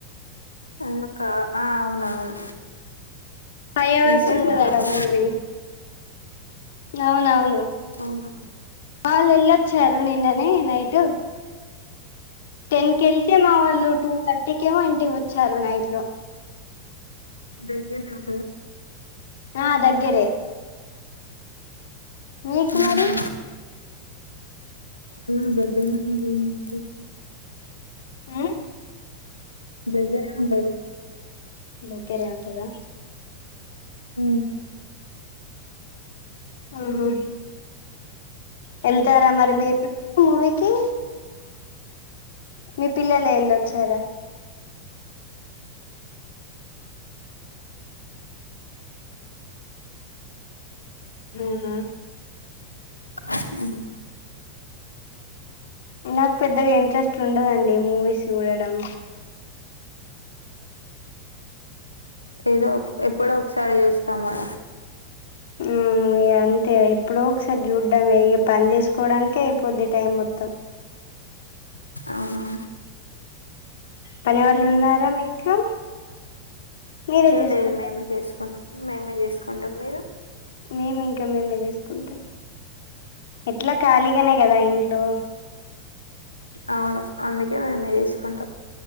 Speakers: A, on the left (about 85°); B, on the left (about 60°).
A: అకా ఆ అవునవును
B: ఫై అవర్స్
A: మీ సైడ్
B: ఉంటందట
A: కూడా పడ్డదా
B: మూవీ అవునవును
A: అవునా
B: వాళ్ళు ఎళ్ళొచ్చారు నిన్ననే నైటు టెన్ కెళ్తే మా వాళ్ళు టూ థర్టీ కేమో ఇం టి వచ్చారు నైట్ లో
A: దగ్గర్నె ఉంటదా
B: ఆ దగ్గరే మీకు
A: ఆ
B: మరి
A: ఆ బడ్్డనా ఉంతాతు <unintelligible>
B: ఊ
A: దగ్గర ఉంటది
B: దగ్గేర ఉంటందా
A: ఆ
B: ఆహా వెళ్తారా మరి మీరు మూవీకి మీ పిల్లలు వెళ్ళొచ్చారా ఆ
A: అవునా
B: నాకు పెద్దగా ఇంట్రెస్ట్ ఉండదండి మూవీస్ చూడడం
A: ఏదో ఎప్పుడో ఒకసారి చూస్తాం మ
B: ఊ అంతే ఎప్పుడో ఒకసారి చూడ్డాం ఇ పని చేసుకోవడానికే అయిపోద్ది టైం మొత్తం
A: అవును
B: పని వాళ్ళు ఉన్నారా మీ ఇంట్లో మీరే
A: ఏ
B: చేసుకుంటార
A: లేదు మేమే చేసుకుంటం మేమే చేసుకుంటాం మీరు
B: మేము ఇంకా మేమే చేసుకుంటాం ఎట్లా ఖాళీగానే కదా ఇం లో
A: అవును అందుకే మేం చేసుకుంటాం